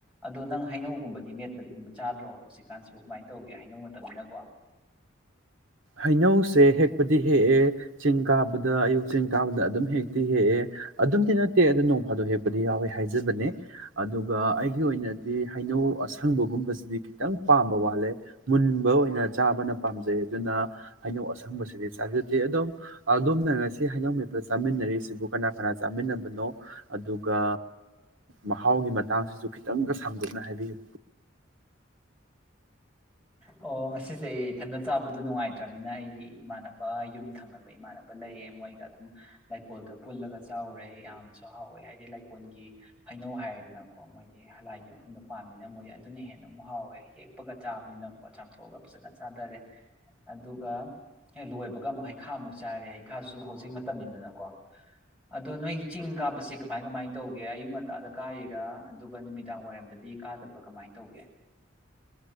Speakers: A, in the centre; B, on the right (about 75°).
A: ꯑꯗꯣ ꯅꯪ ꯍꯩꯅꯧꯒꯕꯗꯤ ꯃꯦꯠ ꯀꯔꯤꯒꯨꯝꯕ ꯆꯥꯗ꯭ꯔꯣ ꯍꯧꯖꯤꯛꯀꯥꯟꯁꯤꯕꯨ ꯀꯃꯥꯏꯅ ꯇꯧꯒꯦ ꯍꯥꯏꯩꯅꯧ ꯃꯇꯝꯅꯤꯅꯀꯣ꯫
B: ꯍꯩꯅꯧꯁꯦ ꯍꯦꯛꯄꯗꯤ ꯍꯦꯛꯑꯦ ꯆꯤꯡ ꯀꯥꯕꯗ ꯑꯌꯨꯛ ꯆꯤꯡ ꯀꯥꯕꯗ ꯑꯗꯨꯝ ꯍꯦꯛꯇꯤ ꯍꯦꯛꯑꯦ ꯑꯗꯨꯝꯗꯤ ꯅꯠꯇꯦ ꯑꯗꯨ ꯅꯣꯡ ꯐꯥꯗꯣꯛ ꯍꯦꯛꯄꯗꯤ ꯌꯥꯎꯋꯦ ꯍꯥꯏꯖꯕꯅꯦ ꯑꯗꯨꯒ ꯑꯩꯒꯤ ꯑꯣꯏꯅꯗꯤ ꯍꯩꯅꯧ ꯑꯁꯪꯕꯒꯨꯝꯕꯁꯤꯗꯤ ꯈꯤꯇꯪ ꯄꯥꯝꯕ ꯋꯥꯠꯂꯦ ꯃꯨꯟꯕ ꯑꯣꯏꯅ ꯆꯥꯕꯅ ꯄꯥꯝꯖꯩ ꯑꯗꯨꯅ ꯍꯩꯅꯧ ꯑꯁꯪꯕꯁꯤꯗꯤ ꯆꯥꯖꯗꯦ ꯑꯗꯣ ꯑꯗꯣꯝꯅ ꯉꯁꯤ ꯍꯩꯅꯧ ꯃꯤꯄ ꯆꯥꯃꯤꯟꯅꯔꯤꯁꯤꯕꯨ ꯀꯅꯥ- ꯀꯅꯥ ꯆꯥꯃꯤꯟꯅꯕꯅꯣ ꯑꯗꯨꯒ ꯃꯍꯥꯎꯒꯤ ꯃꯇꯥꯡꯁꯤꯁꯨ ꯈꯤꯇꯪꯒ ꯁꯥꯡꯗꯣꯛꯅ ꯍꯥꯏꯕꯤꯌꯨ꯫
A: ꯑꯣ ꯉꯁꯤꯁꯦ ꯑꯩ ꯏꯊꯟꯗ ꯆꯥꯕꯗꯨꯣ ꯅꯨꯡꯉꯥꯏꯇ꯭ꯔꯕꯅꯤꯅ ꯑꯩꯒꯤ ꯏꯃꯥꯟꯅꯕ ꯌꯨꯝ ꯊꯪꯅꯕ ꯏꯃꯥꯟꯅꯕ ꯂꯩꯌꯦ ꯃꯣꯏꯒ ꯑꯗꯨꯝ ꯂꯩꯀꯣꯜꯗ ꯄꯨꯜꯂꯒ ꯆꯥꯎꯔꯦ ꯌꯥꯝ ꯍꯥꯎꯋꯦ ꯍꯥꯏꯗꯤ ꯂꯩꯀꯣꯟꯜꯒꯤ ꯍꯩꯅꯧ ꯍꯥꯏꯔꯦꯗꯅ꯫ ꯃꯣꯏꯗꯤ ꯍꯂꯥꯏꯒꯤ ꯃꯐꯝꯗ ꯄꯥꯝꯃꯤꯅ ꯃꯣꯏ ꯑꯗꯨꯅ ꯍꯦꯟꯅ ꯑꯗꯨꯝ ꯍꯥꯎꯋꯦ ꯌꯦꯛꯄꯒ ꯆꯥꯕꯅꯤꯅ꯫ ꯆꯥꯝꯊꯣꯛꯑꯒ ꯐꯖꯅ ꯆꯥꯗꯔꯦ ꯑꯗꯨꯒ ꯑꯦ ꯂꯣꯏꯕꯒ ꯑꯃꯨꯛ ꯍꯩꯈꯥꯃꯨꯛ ꯆꯥꯔꯦ ꯍꯩꯈꯥꯁꯨ ꯍꯧꯖꯤꯛ ꯃꯇꯝꯅꯤꯗꯅꯀꯣ ꯑꯗꯣ ꯅꯣꯏ ꯆꯤꯡ ꯀꯥꯕꯁꯦ ꯀꯃꯥꯏ- ꯀꯃꯥꯏ ꯇꯧꯒꯦ ꯑꯌꯨꯛ ꯉꯟꯇꯥꯗ ꯀꯥꯔꯤꯔꯥ ꯑꯗꯨꯒ ꯅꯨꯃꯤꯗꯥꯡ ꯋꯥꯏꯔꯝꯗꯗꯤ ꯀꯥꯗꯕ꯭ꯔꯥ ꯀꯃꯥꯏꯅ ꯇꯧꯒꯦ?